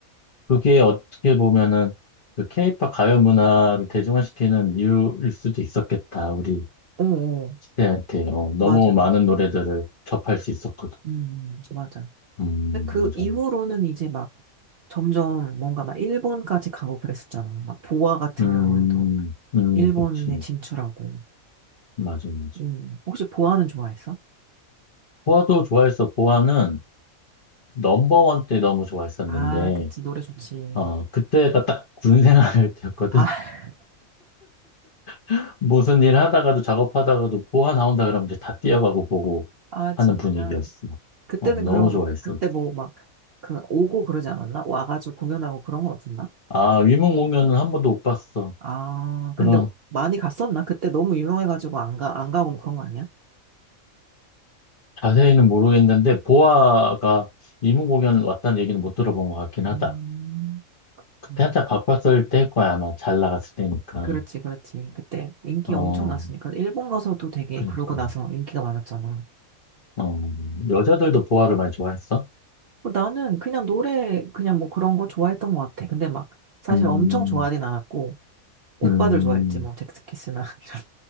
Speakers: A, on the left; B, on the right.
A: 그게 어떻게 보면은, 그 케이팝 가요 문화를 대중화시키는 이유일 수도 있었겠다. 우리
B: 어, 어,
A: 시대한테, 어, 너무
B: 맞아.
A: 많은
B: 음,
A: 노래들을 접할 수 있었거든.
B: 음. 맞아.
A: 음,
B: 근데 그
A: 맞아,
B: 이후로는
A: 맞아.
B: 이제 막 점점 뭔가 막 일본까지 가고 그랬었잖아. 막 보아 같은
A: 음,
B: 경우에도.
A: 음,
B: 일본에
A: 그치.
B: 진출하고.
A: 맞아, 맞아.
B: 음. 혹시 보아는 좋아했어?
A: 보아도 좋아했어. 보아는 넘버원 때 너무 좋아했었는데,
B: 아, 그치. 노래 좋지.
A: 어, 그때가 딱 군 생활할 때였거든.
B: 아, <laughs>
A: <laughs> 무슨 일 하다가도 작업하다가도 보아 나온다 그러면 이제 다 뛰어가고 보고
B: 아, 진짜.
A: 하는 분위기였어.
B: 그때는
A: 어, 너무
B: 그럼,
A: 좋아했어.
B: 그때 뭐 막, 그, 오고 그러지 않았나? 와가지고 공연하고 그런 건 없었나?
A: 아, 위문 공연은 한 번도 못 봤어.
B: 아,
A: 그럼
B: 근데 많이 갔었나? 그때 너무 유명해가지고 안 가, 안 가고 뭐 그런 거 아니야?
A: 자세히는 모르겠는데, 보아가 위문 공연 왔다는 얘기는 못 들어본 것 같긴 하다.
B: 음,
A: 그때
B: 음.
A: 한참 바빴을 때일 거야, 아마. 잘 나갔을 때니까.
B: 그렇지, 그렇지. 그때 인기
A: 어,
B: 엄청 났으니까. 일본 가서도 되게
A: 그니까.
B: 그러고 나서 인기가 많았잖아.
A: 어, 여자들도 보아를 많이 좋아했어?
B: 어, 나는 그냥 노래, 그냥 뭐 그런 거 좋아했던 것 같아. 근데 막, 사실
A: 음,
B: 엄청 좋아하진 않았고, 오빠들
A: 음,
B: 좋아했지, 뭐, 잭스키스나, <laughs> 이런,